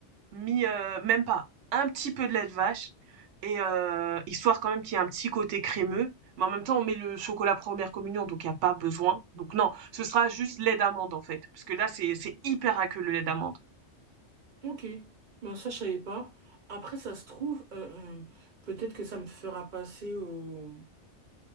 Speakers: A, on the right (about 80°); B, on the right (about 50°).
A: mis, euh, même pas, un petit peu de lait de vache, et euh, histoire quand même qu'il y ait un petit côté crémeux. Mais en même temps, on met le chocolat première communion, donc il n'y a pas besoin. Donc non, ce sera juste lait d'amande en fait, parce que là, c'est c'est hyper aqueux le lait d'amande.
B: Ok, ben ça je savais pas. Après, ça se trouve, euh, euh, peut-être que ça me fera passer au,